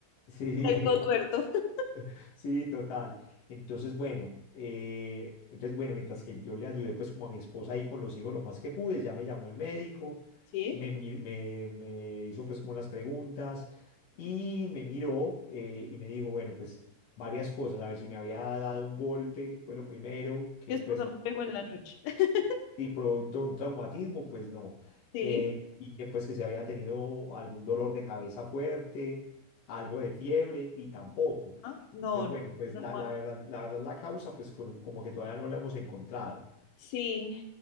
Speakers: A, on the left; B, on the left.
A: sí,
B: estoy todo tuerto. <laughs>
A: <laughs> sí, total. Entonces, bueno, eh, entonces, bueno, mientras que yo le ayudé pues como a mi esposa ahí con los hijos lo más que pude, ya me llamó el médico,
B: Sí,
A: me, mi- me, me hizo pues como unas preguntas y me miró eh, y me dijo, bueno, pues varias cosas, a ver si me había dado un golpe, fue lo primero, que
B: mi esposa
A: pues
B: me pegó en la noche. <laughs>
A: y producto de un traumatismo, pues no.
B: Sí,
A: Eh, y que pues que si había tenido algún dolor de cabeza fuerte, algo de fiebre y tampoco.
B: ah, no,
A: Entonces,
B: no,
A: bueno, pues
B: no.
A: la,
B: no,
A: la verdad, la verdad, la causa, pues con- como que todavía no la hemos encontrado.
B: Sí,